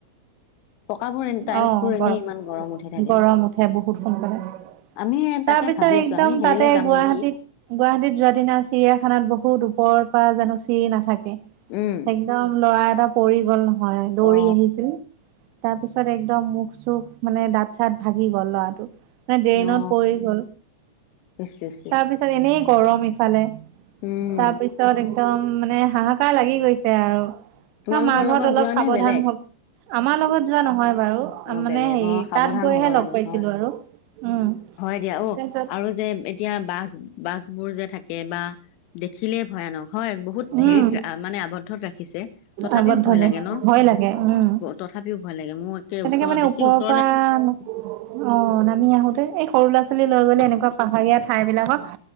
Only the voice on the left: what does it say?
পকাবোৰ টাইলছ
বোৰ এনেই
ইমান উঠি থাকে
আমি
তাকে
ভাবি আছো
আমি হেৰিলে
যাম
নেকি
উম
অ
অ
ইচ ইচ ইচ
উম
তোমালোকৰ
লগত
যোৱা নে
বেলেগ
অ
বেলেগ
অ সাৱধান
হ'ব
লাগে
হয়
হয় দিয়া অ
আৰু যে এতিয়া বাঘ বাঘবোৰ যে থাকে বা দেখিলে ভয়ানক হয় বহুত
হেৰিত মানে আৱদ্ধত ৰাখিছে তথাপিও
ভয়
লাগে ন
তথাপিও ভয় লাগে মোৰ একে
ওচৰৰ
বেছি
ওচৰলে